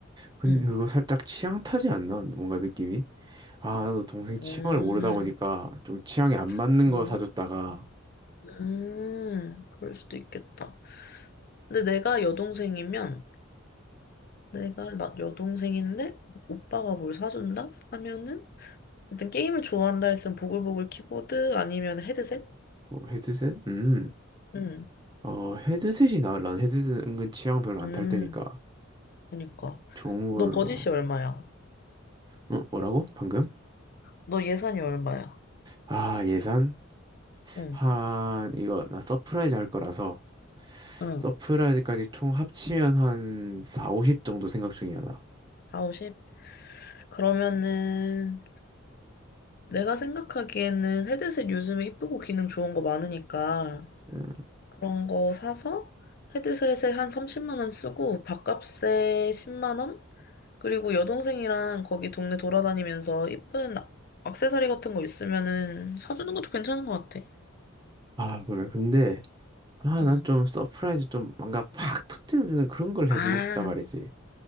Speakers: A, on the right (about 20°); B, on the left (about 50°).
A: 근데
B: 응.
A: 그거 살짝 취향 타지 않나? 뭔가 느낌이? 아, 나도 동생 취향을
B: 음,
A: 모르다 보니까 좀 취향에 안 맞는
B: 그런가?
A: 거 사줬다가
B: 음, 그럴 수도 있겠다. 근데 내가 여동생이면, 내가 나 여동생인데, 오빠가 뭘 사준다? 하면은, 일단 게임을 좋아한다 했으면 보글보글 키보드 아니면 헤드셋?
A: 뭐 헤드셋? 음.
B: 응,
A: 어, 헤드셋이 나아. 난 헤드셋은 은근 취향 별로
B: 음,
A: 안 탈 때니까.
B: 그니까.
A: 좋은 걸로.
B: 너 버짓이 얼마야?
A: 어, 뭐라고? 방금?
B: 너 예산이 얼마야?
A: 아, 예산?
B: 응,
A: 한, 이거, 나 서프라이즈 할 거라서,
B: 응.
A: 서프라이즈까지 총 합치면 한 4, 50 정도 생각 중이야, 나.
B: 4, 50? 그러면은, 내가 생각하기에는 헤드셋 요즘에 이쁘고 기능 좋은 거 많으니까
A: 음,
B: 그런 거 사서 헤드셋에 한 30만 원 쓰고 밥값에 10만 원? 그리고 여동생이랑 거기 동네 돌아다니면서 이쁜 악- 액세서리 같은 거 있으면은 사주는 것도 괜찮은 것 같아.
A: 아, 그래. 근데, 아,
B: 음.
A: 난 좀 서프라이즈 좀 뭔가 팍 터뜨려주는 그런 걸 해보고
B: 아,
A: 싶단 말이지.